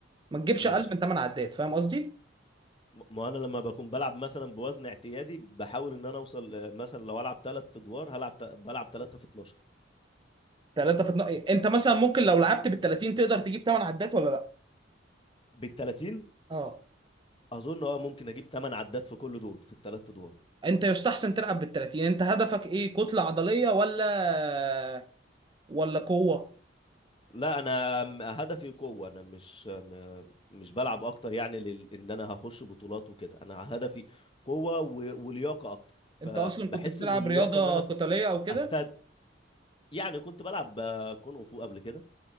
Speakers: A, on the right; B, on the left.
A: ما تجيبش
B: ماشي
A: اقل من 8 عدات فاهم قصدي
B: م- ما انا لما بكون بلعب مثلا بوزن اعتيادي بحاول ان انا اوصل آه، مثلا لو العب ثلاث ادوار هلعب ت- بلعب ثلاثة في 12
A: ثلاثه في النا... انت مثلا ممكن لو لعبت بال 30 تقدر تجيب 8 عدات ولا لا
B: بال 30
A: اه
B: اظن اه ممكن اجيب 8 عدات في كل دور في الثلاث ادوار
A: انت يستحسن تلعب بالتلاتين انت هدفك ايه كتلة عضلية ولا ولا قوة
B: لا انا م- هدفي قوه انا مش م- مش بلعب اكتر يعني لل... ان انا هخش بطولات وكده انا هدفي قوه و... ولياقه اكتر فبحس
A: انت اصلا كنت بتلعب
B: ان اللياقه
A: رياضة
B: ان انا است...
A: قتالية او كده
B: استد يعني كنت بلعب آه، كونغ فو قبل كده